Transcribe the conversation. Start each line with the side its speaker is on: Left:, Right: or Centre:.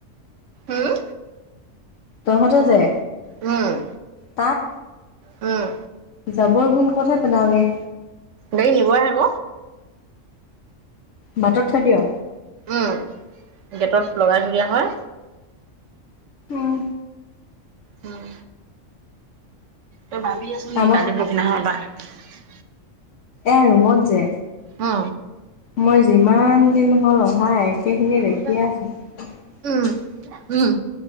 Right: উম
Left: তহ ত যে
Right: উম
Left: তাত
Right: উম।
Left: যাবৰ ভোন কত হে পেলায়গে
Right: গাড়ী নিব আহে ক
Left: বাটত থৈ দিয়।
Right: উম গেটত লগাই থৈ দিয়া হয়।
Left: আহ
Right: উম তই ভাবি আছ নেকি
Left: আমাক
Right: কালিৰ পৰসী দিনাখনৰ পৰা।
Left: এয়া ৰুমত যে।
Right: অ
Left: মই যিমান দিন হ'ল অহা একেখিনিয়ে দেখিয়ে
Right: এটা
Left: আছোঁ <unintelligible>
Right: উম উম